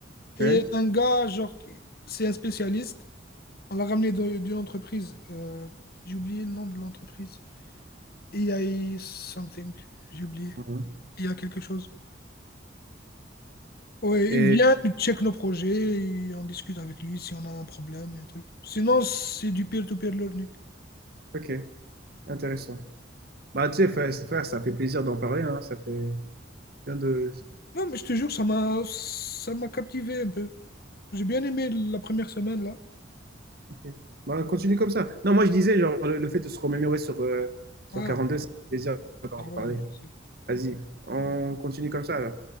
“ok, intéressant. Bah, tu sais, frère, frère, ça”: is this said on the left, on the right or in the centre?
Right